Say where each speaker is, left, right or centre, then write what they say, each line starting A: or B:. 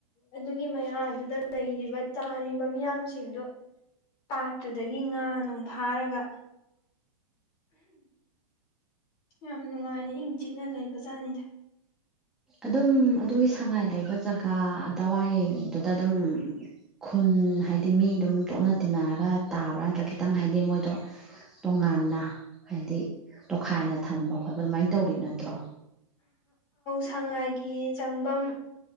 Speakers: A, on the left; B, in the centre.
A: ꯑꯗꯨꯒꯤ ꯃꯌꯥ ꯑꯗꯨꯗ ꯂꯩꯔꯤꯕ ꯇꯥꯔꯤꯕ ꯃꯤꯌꯥꯝꯁꯤꯡꯗꯨ ꯄꯥꯠꯇ꯭ꯔꯗꯒꯤ ꯉꯥ ꯅꯨꯡ ꯐꯥꯔꯒ ꯌꯥꯝ ꯅꯨꯡꯉꯥꯏꯅ ꯏꯪ ꯆꯤꯛꯅ ꯂꯩ ꯕꯖꯥꯠꯅꯤꯗ
B: ꯑꯗꯨꯝ ꯑꯗꯨꯒꯤ ꯁꯉꯥꯏ ꯂꯩꯕ ꯖꯒꯥꯗꯋꯥꯏꯗꯨꯗ ꯑꯗꯨꯝ ꯈꯨꯟ ꯍꯥꯏꯗꯤ ꯃꯤ ꯑꯗꯨꯝ ꯇꯣꯠꯅ ꯇꯤꯟꯅꯔꯒ ꯇꯥꯕ꯭ꯔꯥ ꯅꯠꯇ꯭ꯔꯒ ꯈꯤꯇꯪ ꯍꯥꯏꯗꯤ ꯃꯣꯏꯗꯣ ꯇꯣꯉꯥꯟꯅ ꯍꯥꯏꯗꯤ ꯇꯣꯈꯥꯏꯅ ꯊꯝꯕ ꯈꯣꯠꯄ ꯑꯗꯨꯃꯥꯏꯅ ꯇꯧꯔꯤ ꯅꯠꯇ꯭ꯔꯣ
A: ꯁꯉꯥꯏꯒꯤ ꯆꯪꯐꯝ